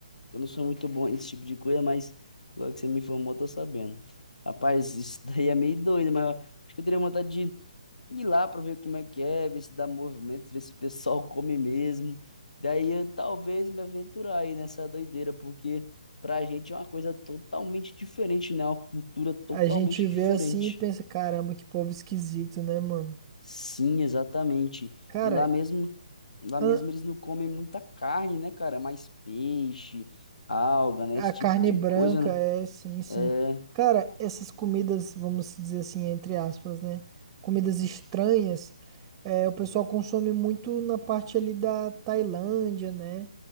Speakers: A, on the left (about 70°); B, on the right (about 20°).
A: Eu não sou muito bom nesse tipo de coisa, mas agora que você me informou, eu tô sabendo. Rapaz, isso <laughs> daí é meio doido, mas acho que eu teria vontade de ir lá para ver como é que é, ver se dá movimento, ver se o pessoal <laughs> come mesmo. Daí eu talvez me aventurar aí nessa doideira, porque pra gente é uma coisa totalmente diferente, né? Uma cultura totalmente
B: A gente vê
A: diferente.
B: assim e pensa, caramba, que povo esquisito, né, mano?
A: Sim, exatamente.
B: Cara,
A: E lá mesmo, lá
B: a
A: mesmo eles não comem muita carne, né, cara? Mais peixe, alga, né?
B: a
A: Esse
B: carne
A: tipo de
B: branca
A: coisa, né?
B: é, sim, sim.
A: É,
B: Cara, essas comidas, vamos dizer assim, entre aspas, né? Comidas estranhas, é, o pessoal consome muito na parte ali da Tailândia, né?